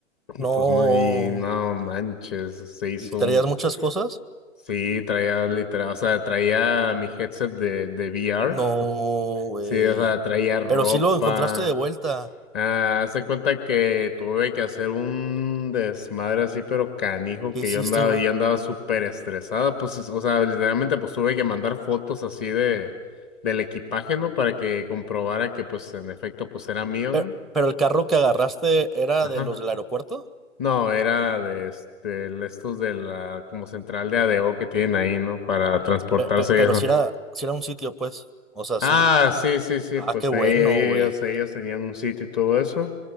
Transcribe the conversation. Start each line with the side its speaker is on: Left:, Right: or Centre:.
Left: Y
Centre: No.
Left: pues no, y no manches, se hizo
Centre: ¿Y traías
Left: un
Centre: muchas cosas?
Left: Sí, traía literal, o sea, traía mi headset de, de VR.
Centre: No, güey.
Left: Sí, o sea, traía ropa.
Centre: Pero sí lo encontraste de vuelta.
Left: Ah, haz de cuenta que tuve que hacer un desmadre así, pero canijo,
Centre: ¿Qué
Left: que
Centre: hiciste,
Left: yo andaba,
Centre: güey?
Left: yo andaba súper estresada. Pues, es- o sea, literalmente, pues tuve que mandar fotos así de, del equipaje, ¿no? Para que comprobara que, pues, en efecto, pues era mío,
Centre: Pero,
Left: ¿no?
Centre: pero el carro que agarraste era
Left: Ajá.
Centre: de los del aeropuerto.
Left: No, era de este, el- estos de la como central de Adeo que tienen ahí, ¿no? Para transportarse
Centre: Pe- pe- Pero,
Left: y eso.
Centre: si era, si era un sitio, pues. O sea, sí.
Left: Ah, sí, sí, sí,
Centre: Ah,
Left: pues
Centre: qué bueno,
Left: ahí- ahí
Centre: güey.
Left: ellos, ellos tenían un sitio y todo eso.